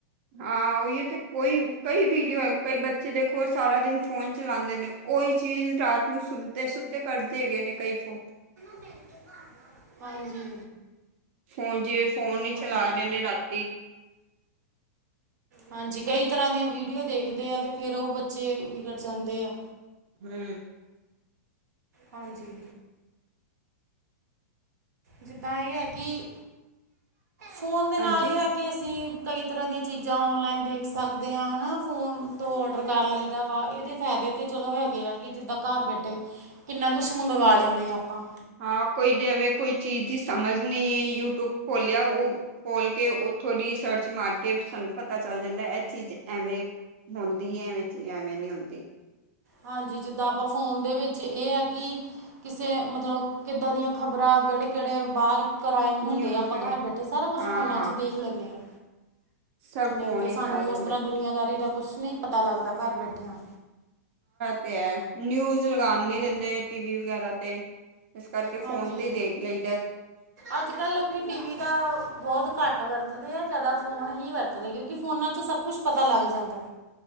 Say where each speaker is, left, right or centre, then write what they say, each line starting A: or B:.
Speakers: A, on the right; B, on the right.
A: ਹਾਂਹੀ ਤੇ ਕੋਈ ਕਈ ਵੀਡੀਓ ਕਈ ਬੱਚੇ ਦੇਖੋ। ਉਹ ਸਾਰਾ ਦਿਨ ਫੋਨ ਚਲਾਦੇ ਨੇ ਉਹੀ ਚੀਜ਼ ਰਾਤ ਨੂੰ ਸੁੱਦੇ ਸੁੱਤੇ ਕਰਦੇ ਹੈਗੇ ਨੇ ਕਈ ਫੋਨ
B: ਕੇ, ਹਾਂਜੀ,
A: ਹੋਨ ਜਿਵੇਂ ਫੋਨ ਹੀ
B: ਹਾਂਜੀ
A: ਚਲਾ ਰਹੇ ਨੇ ਰਾਤੀ,
B: ਹਾਂਜੀ ਕਈ ਤਰ੍ਹਾਂ ਦੀਆਂ ਵੀਡੀਓ ਦੇਖਦੇ ਆ ਤੇ ਫੇਰ ਉਹ ਬੱਚੇ ਵਿਗੜ ਜਾਂਦੇ ਆ।
A: ਹੂੰ,
B: ਹਾਂਜੀ, ਜਿੱਦਾਂ ਇਹ ਹੈ ਕਿ ਫੋਨ ਦੇ
A: ਹਾਂਜੀ
B: ਨਾਲ ਇਹ ਹੈ ਕਿ ਅਸੀਂ, ਕਈ ਤਰ੍ਹਾਂ ਦੀਆਂ ਚੀਜ਼ਾਂ ਔਨਲਾਈਨ ਦੇਖ ਸਕਦੇ ਹਾਂ ਨਾ ਫੋਨ ਤੋਂ ਔਡਰ ਕਰ ਲਈਦਾ ਵਾ ਇਹਦੇ ਫਾਇ ਤੇ ਚਲੋ ਹੈਗੇ ਆ ਕਿ ਜਿੱਦਾਂ ਘਰ ਬੈਠੇ ਕਿੰਨਾ ਕੁੱਛ ਮੰਗਵਾ ਲੈਂਨੇ ਆ ਆਪਾਂ,
A: ਹਾਂ ਕੋਈ ਐਵੇਂ ਕੋਈ ਚੀਜ਼ ਦੀ ਸਮਝ ਨਹੀਂ ਯੂਟਿਊਬ ਖੋਲਿਆ ਉਹ ਖੋਲ ਕੇ, ਥੋੜ੍ਹੀ ਸਰਚ ਮਾਰ ਕੇ ਸਾਨੂੰ ਪਤਾ ਚੱਲ ਜਾਂਦਾ ਇਹ ਚੀਜ਼, ਐਵੇਂ ਹੁੰਦੀ ਹੈ ਐਵੇਂ ਚ ਐਵੇਂ ਨੀ ਹੁੰਦੀ।
B: ਹਾਂਜੀ ਜਿੱਦਾਂ ਆਪਾਂ ਫੋਨ ਦੇ ਵਿੱਚ ਇਹ ਹੈ ਕਿ ਕਿਸੇ ਮਤਲਬ ਕਿੱਦਾਂ ਦੀਆਂ ਖ਼ਬਰਾਂ, ਕਿਹੜੇ-ਕਿਹੜੇ ਬਾਹਰ ਕ੍ਰਾਈਮ ਹੁੰਦੇ
A: ਨਿਊਜ਼
B: ਆ ਆਪਾਂ
A: ਵਗੈ
B: ਘਰ ਬੈਠੇ ਸਾਰਾ ਕੁਛ
A: ਹਾਂ
B: ਫੋਨਾ ਚ ਦੇਖ ਲੈਂਦੇ ਹਾਂ।
A: ਸਭ
B: ਨਹੀਂ
A: ਫੋਨ
B: ਤੇ
A: ਵਿਚ
B: ਸਾਨੂੰ
A: ਆ ਜਾਂਦਾ
B: ਉਸ ਤਰ੍ਹਾਂ ਦੁਨੀਆਂਦਾਰੀ ਦਾ ਕੁਛ ਨਹੀਂ ਪਤਾ ਲੱਗਦਾ ਘਰ ਬੈਠਿਆਂ,
A: ਤੇ ਹੈ ਨਿਊਜ਼ ਲਗਾਉਣ ਨੀ
B: ਹਾਂ
A: ਦਿੰਦੇ ਟੀ ਵੀ ਵਗੈਰਾ ਤੇ, ਇਸ ਕਰਕੇ
B: ਹਾਂਜੀ
A: ਫੋਨ ਤੇ ਹੀ ਦੇਖ ਲਈ,
B: ਅੱਜ ਕੱਲ ਲੋਕੀ ਟੀਵੀ ਦਾ ਬਹੁਤ ਘੱਟ ਵਰਤ ਵਰਤਦੇ ਆ ਜ਼ਿਆਦਾ ਫੋਨ ਹੀ ਵਰਤਦੇ ਕਿਉਂਕਿ ਫੋਨਾਂ ਚ ਸਭ ਕੁਛ ਪਤਾ ਲੱਗ ਜਾਂਦਾ।